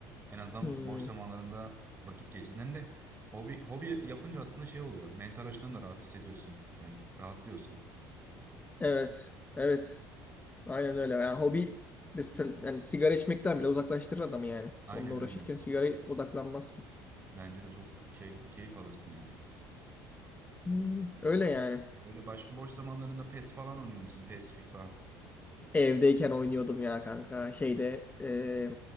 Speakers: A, on the right; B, on the left.
A: En azından
B: Hmm.
A: boş zamanlarında vakit geçirdin. Hem de hobi, hobi yapınca aslında şey oluyor. Mental açıdan da rahat hissediyorsun. Yani rahatlıyorsun.
B: Evet. Evet. Aynen öyle. Yani hobi mesela yani sigara içmekten bile uzaklaştırır adamı yani.
A: Aynen
B: Onunla uğraşırken
A: öyle.
B: sigaraya odaklanmazsın.
A: Bence de çok keyif, keyif alırsın yani.
B: Hmm. Öyle yani.
A: Böyle başka boş zamanlarında PES falan oynuyor musun? PES, FIFA.
B: Evdeyken oynuyordum ya kanka. Şeyde e,